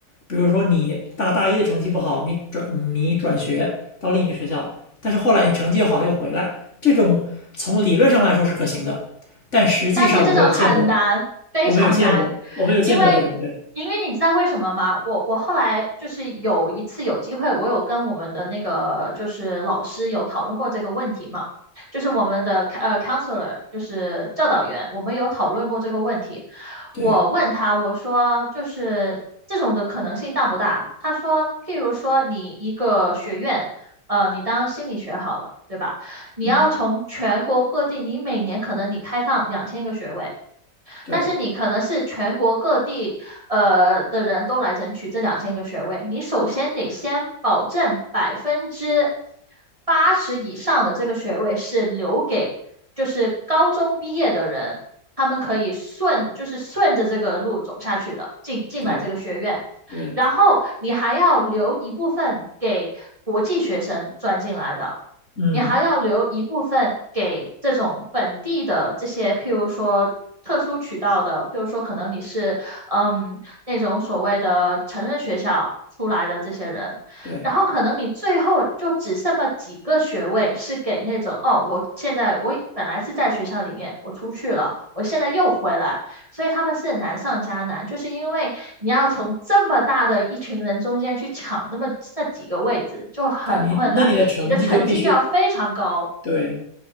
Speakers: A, on the left; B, on the right.
A: 比如说你大大一的成绩不好，你转你转学到另一个学校，但是后来你成绩好又回来，这种从理论上来说是可行的，但实际上我没有见过，
B: 但是这种很难，非常难，
A: 我没有见过，我没有见过这种，
B: 因为因为你知道为什么吗？
A: 对
B: 我我后来就是有一次有机会，我有跟我们的那个就是老师有讨论过这个问题嘛，就是我们的呃 counselor 就是教导员，我们有讨论过这个问题。
A: 对，
B: 我问他，我说就是这种的可能性大不大？他说，譬如说你一个学院，呃，你当心理学好了，对吧？你要从全国各地，
A: 嗯，
B: 你每年可能你开放两千个学位。
A: 对
B: 但是你可能是全国各地呃的人都来争取这两千个学位，你首先得先保证百分之八十以上的这个学位是留给就是高中毕业的人，他们可以顺就是顺着这个路走下去的，进进来这个学院，
A: 对对，
B: 然后你还要留一部分给国际学生转进来的。
A: 嗯，
B: 你还要留一部分给这种本地的这些，譬如说特殊渠道的，譬如说可能你是嗯那种所谓的成人学校出来的这些人，
A: 对
B: 然后可能你最后就只剩了几个学位是给那种哦，我现在我本来是在学校里面，我出去了，我现在又回来，所以他们是难上加难，就是因为你要从这么大的一群人中间去抢那么那几个位置，就很困难。
A: 对，你那你的成绩就必须
B: 你的成绩就要非常高，
A: 对